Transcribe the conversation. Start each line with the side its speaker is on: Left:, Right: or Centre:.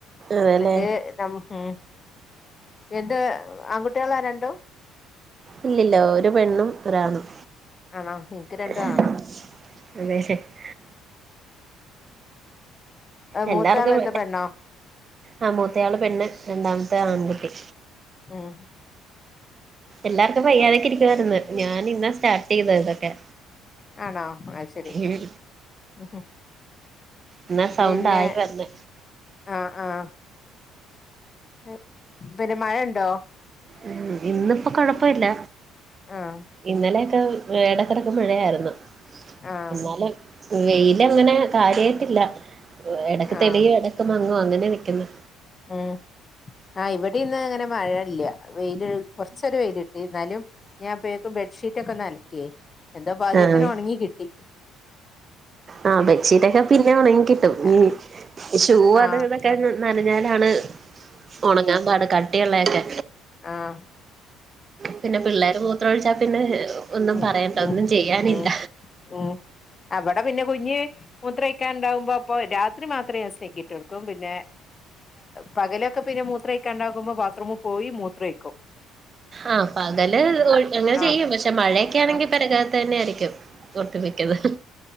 Right: അതെല്ലേ
Left: മറ്റേ <unintelligible> ഇത് ആൺകുട്ടികളാ രണ്ടും?
Right: ഇല്ലില്ല ഒരു പെണ്ണും ഒരാണും
Left: ആണോ എനിക്ക് രണ്ടും
Right: <unintelligible>
Left: ആണാ
Right: എല്ലാർക്കും
Left: മൂത്താള് എന്താ പെണ്ണോ
Right: ആഹ് മൂത്തയാള് പെണ്ണ് രണ്ടാമത്തെയാൾ
Left: ഉം
Right: ആൺകുട്ടി.
Left: ഉം
Right: എല്ലാർക്കും വയ്യാതോക്കേ
Left: ഏ
Right: ഇരിക്കുവാർന്ന്. ഞാൻ ഇന്ന സ്റ്റാർട്ട് ചെയ്തത് ഇതൊക്കെ.
Left: ആണോ ആയ്ശരി
Right: ഉം
Left: ങ്ഹും
Right: എന്നാ സൗണ്ട്
Left: പിന്നെ
Right: ആയി വന്ന്
Left: ആഹ് ആഹ് ങ്‌ഹ് ദ്ന് മഴണ്ടോ?
Right: ഉം ഇന്നിപ്പോ കൊഴപ്പവില്ല
Left: ആഹ്
Right: ഇന്നലെയൊക്കെ ഏഹ് എടക്കെടക്ക് മഴയായിരുന്നു.
Left: ആഹ്
Right: എന്നാലും വെയിലങ്ങനെ കാര്യായിട്ടില്ല എടക്ക്
Left: ആഹ്
Right: തെളിയും എടക്ക് മങ്ങും അങ്ങനെ നിക്കുന്നു.
Left: ഉം ആഹ് ഇവടേംന്ന് അങ്ങനെ മഴ ഇല്ല. വെയില് കുറച്ചൊര് വെയിലിട്ടിന്നാലും ഞാൻ അപ്പയേക്കും ബെഡ്ഷീറ്റ് ഒക്ക ഒന്നലക്കിയേ. എന്താ ഭാഗ്യത്തിന്
Right: ആഹ്
Left: ഒണങ്ങി കി ട്ടി
Right: ആഹ് അതേ ബെഡ്ഷീറ്റ് ഒക്കെ പിന്നേം ഒണങ്ങി കിട്ടും.
Left: ആ
Right: ഉം. ഷൂ
Left: ആ
Right: അതും ഇതൊ ക്കെ നനഞ്ഞാലാണ് ഒണങ്ങാൻ പാട് കട്ടിയള്ളയൊക്കെ
Left: ആഹ്
Right: പിന്ന പിള്ളേര് മൂത്രം ഒഴിച്ചാ പിന്നെ ഒന്നും
Left: ഉം
Right: പറയണ്ട.
Left: ഉം
Right: ഒന്നും ചെയ്യാനില്ല.
Left: ഉം ഉം അവിടെ പിന്നെ കുഞ്ഞ് മുൂത്രയ്ക്കാൻ ഉണ്ടാകുമ്പോ അപ്പൊ രാത്രി മാത്രമേ ഞാൻ സ്നാഗ്ഗി ട്ടോടുക്കും പിന്നെ പകലൊക്കെ പിന്നെ മൂത്രക്ക ഉണ്ടകുമ്പോ ബാത്റൂമിൽ പോയി മൂത്രക്കും
Right: ആഹ പകല് അങ്ങനെ
Left: ആ
Right: ചെയ്യും പക്ഷെ പക്ഷെ മഴയൊക്കെണെങ്കി
Left: ആ
Right: പേരക്കകത്ത് തന്നെയ ആയിരിക്കും വെക്കത്